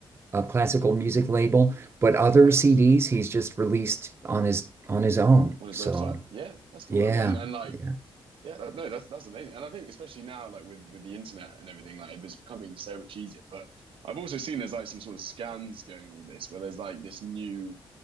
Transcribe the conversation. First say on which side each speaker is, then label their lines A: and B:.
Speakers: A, on the right; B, on the right.
A: a classical music label, but other
B: Oh,
A: CDs
B: nice
A: he's just released on his on his own.
B: on his
A: So
B: website. Yeah, that's cool.
A: yeah,
B: And what? And, and like,
A: yeah.
B: yeah, that, no, that's that's amazing. And I think especially now, like with with the internet and everything, like it was becoming so much easier. But I've also seen there's like some sort of scams going on with this, where there's like this new